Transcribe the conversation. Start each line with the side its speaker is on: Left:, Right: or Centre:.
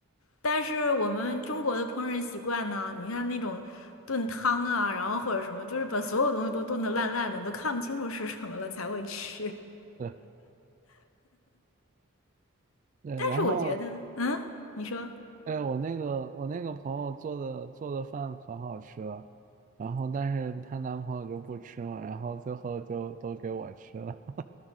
Left: 但是我们中国的烹饪习惯呢，你看那种炖汤啊，然后或者什么，就是把所有东西都炖得烂烂的，你都看不清楚是什么了才会吃。
Right: 对。
Left: <laughs>
Right: 对，
Left: 但是我觉得，
Right: 然后
Left: 嗯，你说，
Right: 对我那个我那个朋友做的做的饭可好吃了，然后但是她男朋友就不吃嘛，然后最后就都给我吃了。